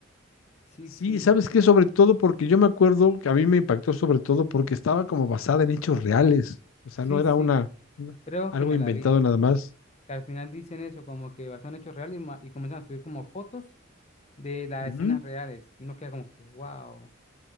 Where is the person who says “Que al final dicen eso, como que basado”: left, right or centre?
Left